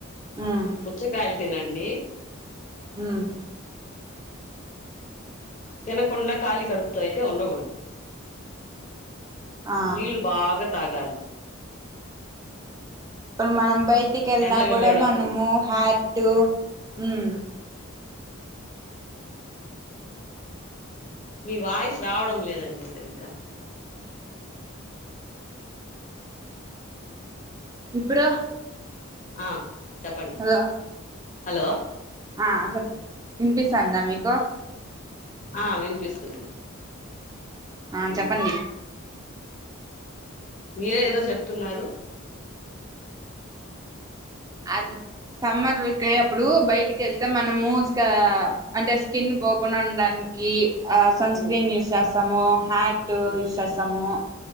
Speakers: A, on the right; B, on the left.
A: ఉమ్
B: పుచ్చకాయల్ తినండి.
A: హ్మ్
B: తినకుండా కాలి కడుపుతో అయితే ఉండకూడదు.
A: ఆ
B: నీళ్ళు బాగా తాగాలి.
A: ఇప్పుడు మనం బయట్ బయటికి వెళ్ళిన
B: ఎండ వెళ్ళేటప్పుడు
A: కూడా మనము హయి టు హ్మ్
B: మీ వాయిస్ రావడం లేదండి సరిగ్గా.
A: ఇప్పుడో
B: ఆ చెప్పండి
A: హలో!
B: హలో!
A: ఆ వినిపిస్తుందా మీకు?
B: ఆ వినిపిస్తుంది.
A: ఆ చెప్పండి?
B: మీరే ఏదో చెప్తున్నారు?
A: అది సమ్మర్కియప్పుడు బయటికి వెళ్తే మనము అంటే స్కిన్ పోకుండా ఉండడానికి. సన్ స్క్రీమ్
B: ఉమ్
A: యూజ్ చేస్తాం. స్థాము హ్యాట్
B: ఉమ్
A: యూజ్ చేస్తాము